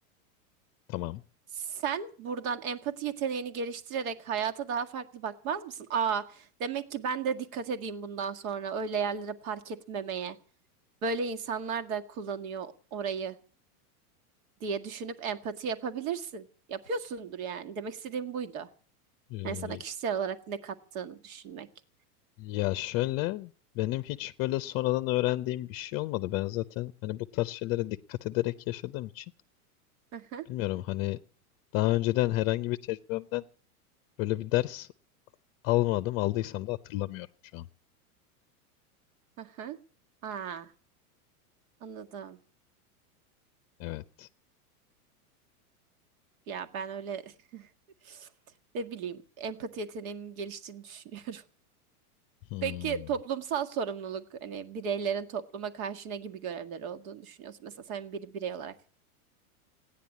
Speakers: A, on the left; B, on the right.
A: tamam.
B: Sen buradan empati yeteneğini geliştirerek hayata daha farklı bakmaz mısın? Aa, demek ki ben de dikkat edeyim bundan sonra öyle yerlere park etmemeye. Böyle insanlar da kullanıyor orayı diye düşünüp empati yapabilirsin. Yapıyorsundur yani. Demek istediğim buydu.
A: Ee,
B: Yani sana kişisel olarak ne kattığını düşünmek.
A: ya şöyle benim hiç böyle sonradan öğrendiğim bir şey olmadı. Ben zaten hani bu tarz şeylere dikkat ederek yaşadığım için
B: Hı hı,
A: bilmiyorum hani daha önceden herhangi bir tecrübemden böyle bir ders almadım. Aldıysam da hatırlamıyorum şu an.
B: hı hı. Aa, anladım.
A: Evet.
B: Ya ben öyle <laughs> ne bileyim empati yeteneğimin geliştiğini düşünüyorum. <laughs>
A: Hmm.
B: Peki toplumsal sorumluluk hani bireylerin topluma karşı ne gibi görevleri olduğunu düşünüyorsun? Mesela sen bir birey olarak.